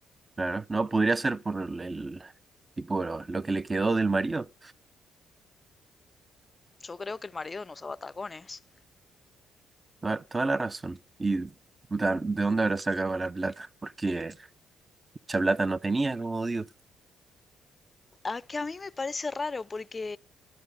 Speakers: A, on the right; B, on the left.
A: Claro, no, podría ser por el, el- tipo lo, lo que le quedó del marido.
B: Yo creo que el marido no usaba tacones.
A: Toda, toda la razón. Y puta, ¿de dónde habrá sacado la plata? Porque mucha plata no tenía, como digo.
B: A que a mí me parece raro porque